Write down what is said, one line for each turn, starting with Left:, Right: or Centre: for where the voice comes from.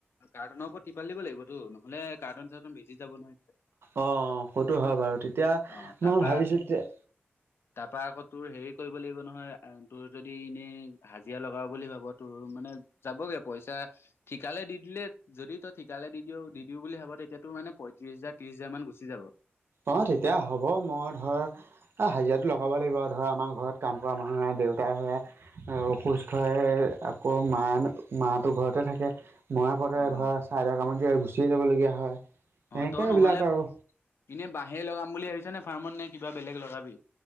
Left: কাৰ্টুনৰ ওপৰত তিপাল দিব লাগিবটো নহ'লে কাৰ্টুন <unintelligible> ভিজি যাব নহয়।
Right: অ সইটো হয় বাৰু তেতিয়া
Left: অ তাৰপা
Right: মও ভাবিছো তে
Left: তাৰপা আকৌ তোৰ হেৰি কৰিব লাগিব নহয় আহ তোৰ যদি এনেই হাজিৰা লগাও বুলি ভাব তোৰ মানে যাবগে পইচা ঠিকালে দি দিলে যদি তই ঠিকালে দি দি দি দিও বুলি ভাব তেতিয়া। ত মানে পঁয়ত্ৰশ হাজাৰ ত্ৰিছ হাজাৰ মান গুচি যাব।
Right: অ তেতিয়া হ'ব মই ধৰ হাজিৰাটো লগাব লাগিব ধৰা আমাৰ ঘৰত কাম কৰা মানুহ নাই। দেউতাই সেয়া অসুস্থ হৈ আকৌ মা মা তো ঘৰতে থাকে। মই আগতে
Left: অ
Right: ধৰা চাইদ কামাতে গুচিয়ে যাব লগীয়া হয়
Left: অ
Right: এনেকে
Left: তই
Right: এইবিলাক
Left: নহ'লে
Right: আৰু।
Left: এনে বাঁহে লগাম বুলি ভাবিছ নে ফাৰ্মত নে কিবা বেলেগ লগাবি।